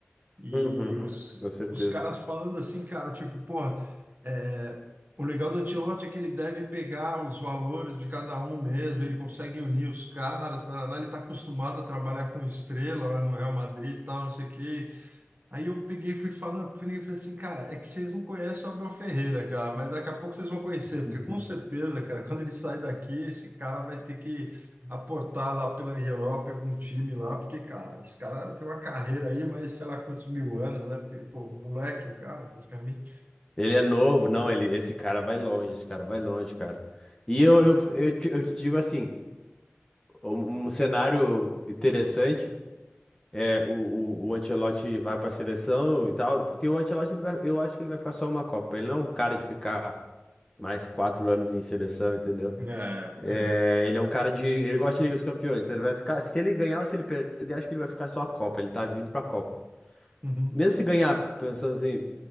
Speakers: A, on the right; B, on the left.
A: E
B: Uhum,
A: os,
B: com certeza.
A: os caras falando assim, cara, tipo, pô é, O legal do Ancelotti é que ele deve pegar os valores de cada um mesmo, ele consegue unir os caras, pra, lá ele está acostumado a trabalhar com estrela lá no Real Madrid e tal, não sei o quê. Aí eu peguei e fui falando, peguei e falei assim, cara, é que vocês não conhecem o Abel Ferreira, cara, mas daqui a pouco vocês vão conhecer, porque
B: Uhum.
A: com certeza, cara, quando ele sai daqui, esse cara vai ter que aportar lá pela Europa em algum time lá, porque, cara, esse cara tem uma carreira aí, mas sei lá quantos mil anos, né? Porque, pô, moleque o cara, praticamente.
B: Ele é novo, não, ele, esse cara vai longe, esse cara vai longe, cara. E eu, eu, eu, te, eu te digo assim, um, um cenário interessante É, o, o, o Ancelotti vai para a seleção e tal, porque o Ancelotti, ele vai, eu acho que ele vai ficar só uma Copa. Ele não é um cara de ficar mais quatro anos em seleção, entendeu?
A: É,
B: É,
A: é.
B: ele é um cara de. Ele gosta de Liga dos Campeões, então ele vai ficar. Se ele ganhar ou se ele perder, acho que ele vai ficar só a Copa. Ele tá vindo pra Copa.
A: Uhum.
B: Mesmo se ganhar, pensando assim,